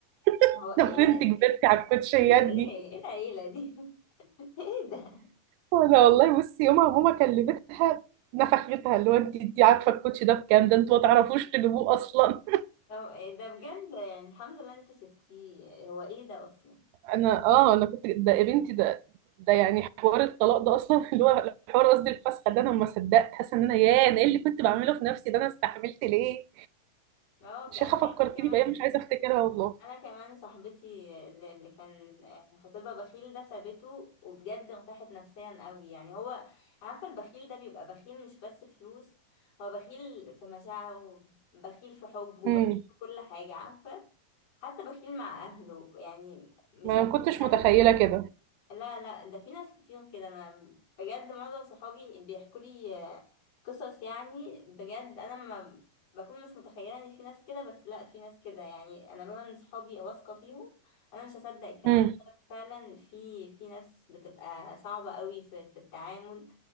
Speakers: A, on the right (about 85°); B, on the left (about 35°).
A: <laughs>
B: هو ايه
A: طب انت
B: ده إيه-
A: كبرتي على الكوتشيات
B: انتوا
A: دي
B: ايه ايه العيله دي <laughs> ايه ده
A: انا والله بصي يومها ماما كلمتها نفختها اللي هو انت انت عارفه الكوتشي ده بكام ده انتوا ما تعرفوش تجيبوه اصلا
B: هو إيه ده بجد يعني الحمد لله انت سبتيه هو ايه ده اصلا
A: انا اه انا كنت ده يا بنتي ده ده يعني حوار الطلاق ده اصلا <laughs> اللي هو حوار قصدي الفسخه ده انا ما صدقت حاسه ان انا ياه انا ايه اللي كنت بعمله في نفسي ده انا استحملت ليه
B: هو بج-
A: شيخه
B: انت
A: فكرتيني
B: عارفه كمان
A: بايام
B: ان
A: مش عايزه افتكرها والله
B: انا كمان صاحبتي اللي اللي كان خطيبها بخيل ده سابته وبجد ارتاحت نفسيا قوي يعني هو عارفه البخيل ده بيبقى بخيل مش بس فلوس هو بخيل في مشاعره بخيل في حبه
A: امم
B: بخيل في كل حاجه عارفه حتى بخيل مع أهله يعني مش
A: ما
B: بس
A: كنتش
B: أهله
A: متخيله
B: بقى
A: كده
B: لا لا ده في ناس كتير كده أنا بجد معظم صحابي بيحكوا لي آه، قصص يعني بجد أنا ما بكون مش متخيلة إن في ناس كده بس لا في ناس كده يعني أنا لولا إن صحابي واثقة فيهم أنا مش هصدق الكلام
A: امم
B: ده بس فعلا في في ناس بتبقى صعبة قوي في في التعامل